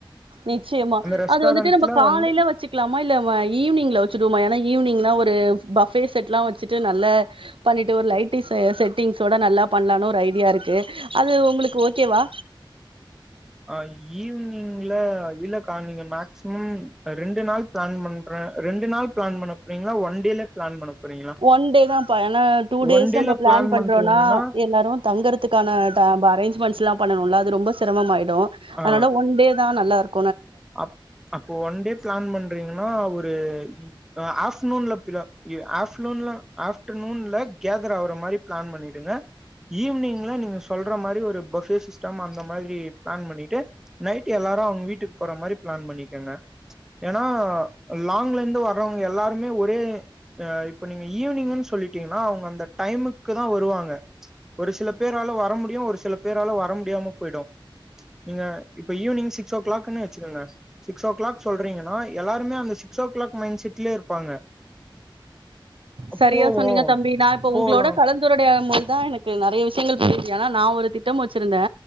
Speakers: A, on the right; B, in the centre.
A: நிச்சயமா
B: ரெஸ்டாரண்ட்ல
A: அது வந்துட்டு நம்ம காலைல
B: வந்து
A: வச்சு க்லாமா இல்ல ஈவினிங்ல வெச்சிடுவுமா ஏனா ஈவினிங்னா ஒரு பஃபே செட்லா வெச்சுட்டு நல்லா பண்ணிட்டு ஒரு லைட்டி செ செட்டிங்சோட நல்லா பண்லானு ஒரு ஐடியா இருக்கு அது உங்களுக்கு ஓகேவா
B: ஆ ஈவினிங்ல இல்லக்கா நீங்க மேக்சிமம் ரெண்டு நாள் பிளான் பண்ற ரெண்டு நாள் பிளான் பண்ண போறிங்ளா ஒன் டேல பிளான் பண்ண போறீங்களா
A: ஒன் டே தாம்ப்பா ஏனா டூ டேஸ்
B: ஒன் டேல
A: நம்ம பிளான் பண்றோனா
B: பண்றீங்கன்னா
A: எல்லாரு தங்கறதுக்கான த அரேஞ்ச்மெண்ட்ஸ்லா பண்ணனுல அது ரொம்ப சிரமமாயிரு டோ
B: ஆ
A: அதனால ஒன் டே தா நல்லா இருக்
B: அப் அப்போ ஒன் டே ப்ளான் பண் ணிங்னா ஒரு அ ஆஃப் நூன்ல <unintelligible> எ ஆஃப் நூன்ல ஆஃப்ட்ரு நூன்ல கேதர் ஆவுற மாரி ப்ளான் பண்ணிட்டீனா ஈவ்னிங்ல நீங்க சொல்றா மாரி ஒரு பஃபே சிஸ்டம் அந்த மாரி ப்ளான் பண்ணிட்டு நைட் எல்லாரு வீட்டுக் போற மாரி ப்ளான் பண்ணிக்கங்க ஏன்னா லாங்லேந்து வர்றவங்க எல்லாருமே ஒரே ஆ இப்ப நீங்க ஈவ்னிங்குன் சொல்லிட்டீங்கன்னா அவுங்க அந்த டைமுக்குதா வருவாங்க ஒரு சில பேரால வர முடியு ஒரு சில பேரால வர முடியாம போய்டு நீங்க இப்ப ஈவ்னிங் சிக்ஸ் ஓ க்ளாக்குனு ச்சிருங்க சிக்ஸ் ஓ க்ளாக் சொல்றீங்கன்னா எல்லாருமே அந்த சிக்ஸ் ஓ க்ளாக் மைண்ட் செட்லே இருப்பாங்க
A: சரியா
B: போவோ
A: சொன்னீங்க தம்பி நா இப்போ
B: போலா
A: உங்களோட கலந்துரடையாம்போது தா எனக்கு நறைய விஷயங்கள் புரியிது ஏனா நா ஒரு திட்டம் வச்சிருந்தே